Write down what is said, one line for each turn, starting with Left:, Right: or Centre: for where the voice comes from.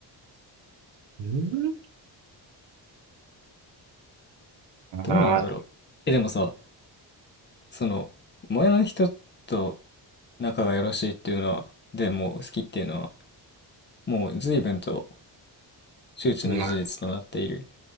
Right: うんあ
Left: どうなんだろう。え、でもさ、その、前の人と仲がよろしいっていうのは、でもう好きっていうのは、もう随分と周知の事実となっている
Right: ーまあ、